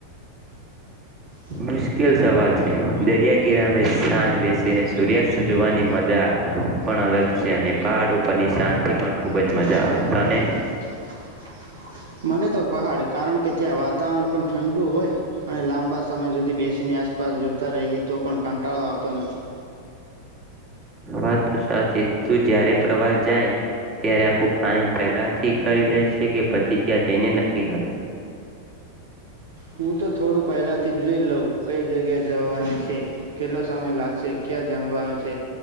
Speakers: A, on the right (about 65°); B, on the right (about 30°).
A: <unintelligible>
B: મુશ્કેલ સવાલ છે દરિયા કિનારે સાંજ બેસીને સૂર્યાસ્ત જોવાની મજા પણ અલગ છે અને પહાડ ઉપરની શાંતિ પણ ખૂબ જ મજા આવે તને
A: મને તો પહાડ કારણ કે ત્યાં વાતાવરણ પણ ઠંડુ હોય અને લાંબા લાંબા સમય સુધી બેસીની આસપાસ જોતા રહીએ તો પણ કાંટાળો આવતો નથી
B: વાત તો સાચી તું જયારે પ્રવાસ જાય ત્યારે આખું પ્લાનિંગ પહેલાથી કરી લે છે કે પછી ત્યાં જઈને નક્કી કરે
A: હું તો થોડું પહેલાથી જોઈ લઉં કઈ જગ્યા જવાની છે કેટલો સમય લાગશે ક્યાં જમવાનું છે